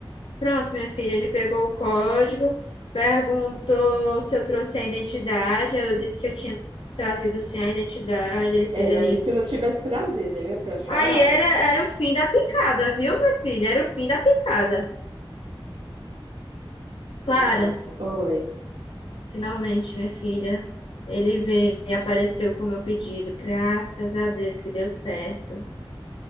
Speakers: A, on the left (about 75°); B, on the right (about 65°).
A: Pronto, minha filha, ele pegou o código, perguntou se eu trouxe a identidade, eu disse que eu tinha trazido sim a identidade, ele
B: É,
A: fez
B: imagina
A: ali
B: se eu não tivesse trazido, aí minha filha eu chorava.
A: Aí era, era o fim da picada, viu, minha filha? Era o fim da picada. Clara,
B: Então, assim, oi,
A: finalmente, minha filha, ele veio e apareceu com o meu pedido. Graças a Deus que deu certo.